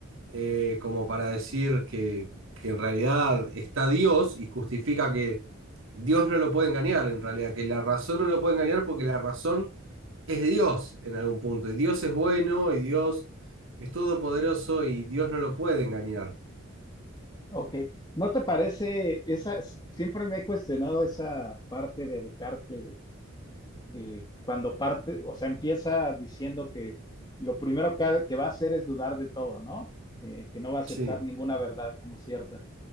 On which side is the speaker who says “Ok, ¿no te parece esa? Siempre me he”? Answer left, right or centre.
Left